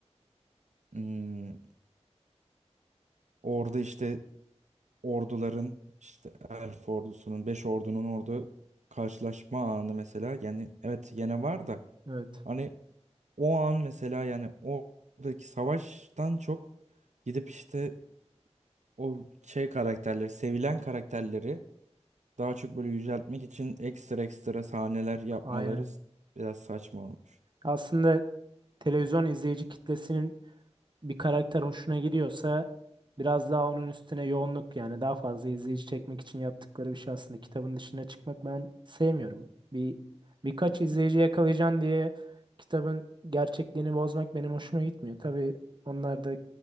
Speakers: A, on the right; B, on the right.
A: hmm, orada işte orduların işte Elf ordusunun, Beş ordunun orada karşılaşma anı mesela yani evet yine var da
B: evet.
A: hani o an mesela yani oradaki savaştan çok gidip işte o şey karakterleri, sevilen karakterleri daha çok böyle yüceltmek için ekstra ekstra sahneler yapmaları
B: Aynen.
A: biraz saçma olmuş.
B: Aslında televizyon izleyici kitlesinin bir karakter hoşuna gidiyorsa biraz daha onun üstüne yoğunluk yani daha fazla izleyici çekmek için yaptıkları bir şey aslında. Kitabın dışına çıkmak ben sevmiyorum. Bir birkaç izleyici yakalayacaksın diye kitabın gerçekliğini bozmak benim hoşuma gitmiyor. Tabii onlar da